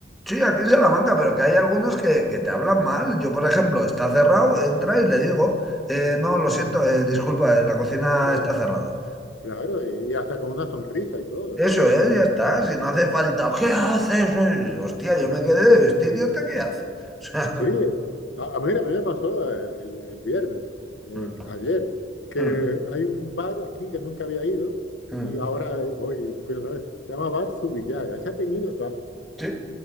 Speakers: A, in the centre; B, on the left.
A: Sí, aquí en Salamanca, pero que hay algunos que, que te hablan mal. Yo, por ejemplo, está cerrado, entra y le digo, eh, no, lo siento, eh, disculpa, eh, la cocina
B: Entonces,
A: está cerrada.
B: claro, y, y hasta con una sonrisa y todo,
A: Eso
B: tío.
A: es,
B: Eso,
A: ya está, si no hace falta, ¿qué haces? Eh, Hostia, yo me quedé, este idiota, ¿qué hace? <laughs> O sea,
B: Sí, a, a- mira, a mí me pasó eh, el, el viernes, eh,
A: mm,
B: ayer, que
A: mm,
B: hay un bar aquí que nunca había ido
A: mm.
B: y ahora eh, hoy fui otra vez. Se llama Bar Subillaga. Ese apellido es
A: sí,